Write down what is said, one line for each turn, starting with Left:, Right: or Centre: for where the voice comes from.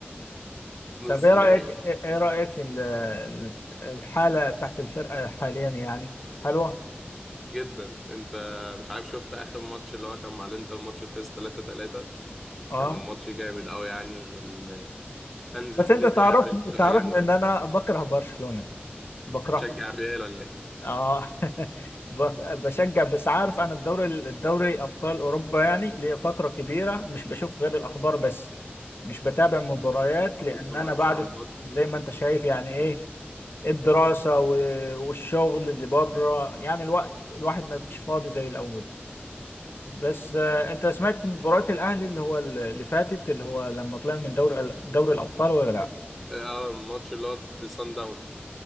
Centre: نص
Left: طب ايه
Centre: النهائي
Left: رايك ايه رايك في ال- ال- الحاله بتاعت الفرقه حاليا يعني حلوه
Centre: جدا انت مش عارف شفت اخر ماتش اللي هو كان مع الانتر ماتش اللي خلص 3-3
Left: اه
Centre: كان الماتش جامد قوي يعني والهانز
Left: بس انت
Centre: فليك
Left: تعرفني
Centre: عامل فرقه
Left: تعرفني
Centre: جامده
Left: ان
Centre: يعني
Left: انا بكره برشلونه بكرهها
Centre: بتشجع الريال ولا ايه؟
Left: اه <laughs> ب- بشجع بس عارف انا الدوري الدوري ابطال اوروبا يعني لفتره كبيره مش بشوف غير الاخبار بس مش بتابع مباريات
Centre: ما
Left: لان
Centre: بتتفرجش
Left: انا بعد
Centre: على الماتش
Left: زي ما انت شايف يعني ايه الدراسه و- والشغل اللي بره يعني الوقت الواحد ما بقاش فاضي زي الاول بس آه، انت سمعت مباراه الاهلي اللي هو اللي فاتت اللي هو لما طلع من دوري دوري الابطال ولا لا
Centre: اه الماتش اللي هو ضد سان داونز